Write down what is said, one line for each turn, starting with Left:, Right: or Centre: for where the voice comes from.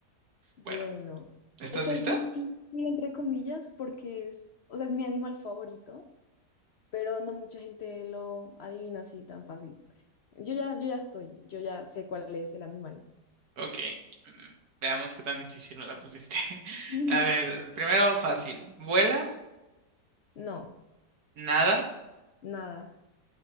Left: bueno.
Right: Bueno, ¿estás
Left: Esta
Right: lista?
Left: es difícil, entre comillas, porque es, o sea, es mi animal favorito, pero no mucha gente lo adivina así tan fácil. Yo ya, yo ya estoy, yo ya sé cuál es el animal.
Right: Ok. mm, Veamos qué tan difícil me la pusiste. <laughs>
Left: <laughs>
Right: A ver, primero fácil. ¿Vuela?
Left: No,
Right: ¿Nada?
Left: nada.